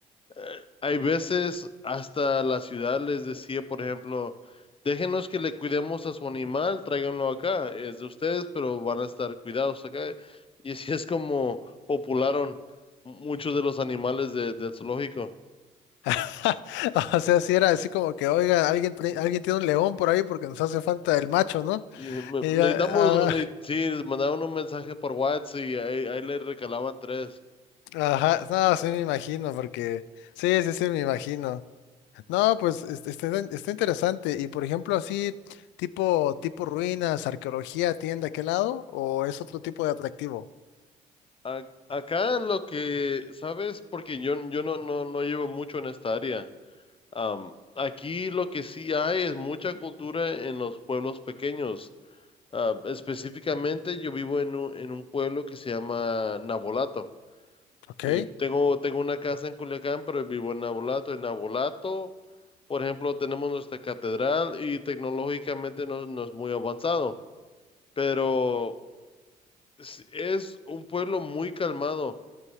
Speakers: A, on the left; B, on the left.
A: eh, hay veces hasta la ciudad les decía, por ejemplo, déjenos que le cuidemos a su animal, tráiganlo acá, es de ustedes, pero van a estar cuidados acá. Y así es como popularon muchos de los animales de- del zoológico.
B: <laughs> O sea, si era así como que, oiga, alguien, pre- alguien tiene un león por ahí porque nos hace falta el macho, ¿no?
A: Y me-
B: Y
A: necesitamos,
B: ya, ah,
A: ne-
B: <laughs>
A: sí, les mandaban un mensaje por WhatsApp y ahí, ahí le recalaban tres.
B: ajá, no, sí me imagino, porque, sí, sí, sí, me imagino. No, pues es- está, está interesante. Y por ejemplo, así, tipo, tipo ruinas, arqueología, ¿tienen de aquel lado? ¿O es otro tipo de atractivo?
A: Ac- acá lo que, ¿sabes? Porque yo, yo no, no, no llevo mucho en esta área. Am, aquí lo que sí hay es mucha cultura en los pueblos pequeños. Ah, específicamente yo vivo en un, en un pueblo que se llama Navolato.
B: Ok,
A: Y tengo, tengo una casa en Culiacán, pero vivo en Navolato. En Navolato, por ejemplo, tenemos nuestra catedral y tecnológicamente no, no es muy avanzado, pero es es un pueblo muy calmado.